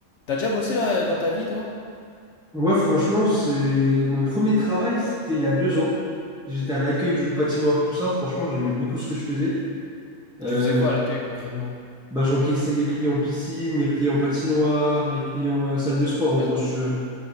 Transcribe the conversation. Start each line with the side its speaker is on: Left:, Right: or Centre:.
Left: T'as déjà bossé là dans ta vie, toi?
Centre: Ouais, franchement, c'est mon premier travail, c'était il y a deux ans. J'étais à l'accueil d'une patinoire, tout ça. Franchement, j'aimais beaucoup ce que je faisais. Euh,
Left: Tu faisais quoi à l'accueil concrètement?
Centre: bah, j'encaissais les clients piscine, les clients patinoire, les clients euh, salle de sport, en
Left: Bah-
Centre: gros, si tu veux.